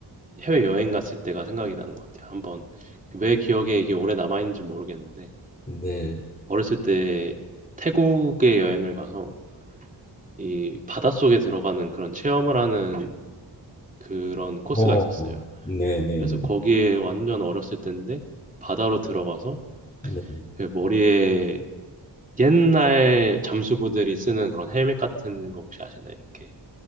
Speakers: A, on the right; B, on the left.
A: 해외 여행 갔을 때가 생각이 나는 것 같아요. 한번 왜 기억에 이게 오래 남아있는지 모르겠는데
B: 네.
A: 어렸을 때 태국에 여행을 가서 이 바닷속에 들어가는 그런 체험을 하는 그런 코스가
B: 어,
A: 있었어요.
B: 네, 네,
A: 그래서
B: 네.
A: 거기에 완전 어렸을 때인데 바다로 들어가서
B: 네.
A: 그 머리에 옛날 잠수부들이 쓰는 그런 헬멧 같은 거 혹시 아시나요? 이렇게